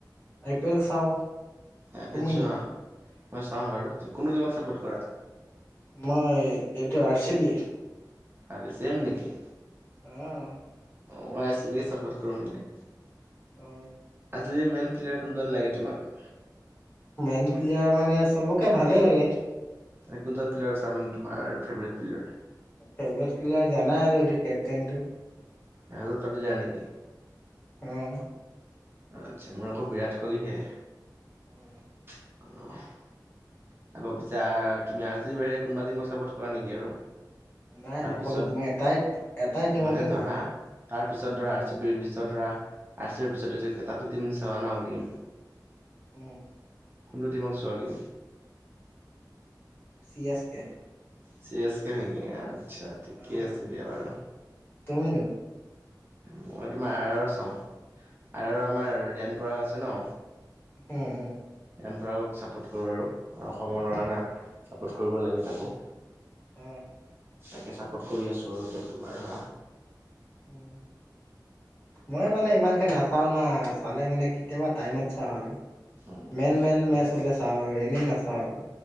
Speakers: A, on the left (about 30°); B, on the right (about 30°).
A: আই পি এল চাওঁ
B: আই পি
A: তুমিনো?
B: এল চোৱা মই চাওঁ বাৰু। কোনতো টিমক চাপৰ্ট কৰা?
A: মই এইটো আৰ চি বি।
B: আৰে চেম নেকি।
A: অহ।
B: অ আই চি বি কে চাপৰ্ট কৰো মানে।
A: অ।
B: R C B main player কোনজন লাগে তোমাক?
A: মেইন প্লেয়াৰ মানে চবকে ভালে লাগে।
B: কোনজন প্লেয়াৰ আছে মানে তোমাৰ ফেবেৰেট প্লেয়াৰ?
A: ফেভেৰেট কিলাৰ জানাই আৰু এইটো কেপ্টেইনটো।
B: ৰাজতপাটিদাৰ নেকি?
A: অহ।
B: আচ্ছা মোৰ আকৌ বিৰাট কোহলি হে।
A: <inaudible>
B: <unintelligible> আকৌ পিছে আৰ তুমি আৰ চি বি বাহিৰে কোনোবা টিমক চাপৰ্ট কৰা নেকি আৰু?
A: নাই
B: তাৰপিছত
A: নকৰো মই এটাই এটাই টিমকে
B: মানে
A: কৰো
B: ধৰা তাৰ পিছত ধৰা আৰ চি বি ৰ পিছত ধৰা আৰ চি বি পিছত এটাটো টিম চোৱা ন গেম। <inaudible>
A: উম।
B: কোনটো টিমক চোৱাগে?
A: C S K.
B: C S K নেকি আচ্ছা ঠিকে
A: অ',
B: আছে দিয়া বাৰু।
A: তুমিনো
B: মই তোমাৰ আৰ আৰ চাওঁ আৰ আৰ আমাৰ ৰিয়ান পৰাগ আছে ন।
A: উম উম।
B: ৰিয়ান পৰাগ চাপৰ্ট কৰোঁ আৰু অসমৰ ল'ৰা না চাপৰ্ট কৰিব লাগে তাকো।
A: অহ।
B: তাকে ছাপৰ্ট কৰি আছোঁ আৰু এতি তোমাৰ ধৰা।
A: উম। মই মানে ইমানকে নাচাও ন চালে মানে কেতিয়াবা টাইমত চাওঁ আৰু।
B: উম,
A: মেন মেন
B: ঠিকে
A: মেচ
B: আছে
A: হলে চাওঁ আৰু এনেই নাচাওঁ আৰু।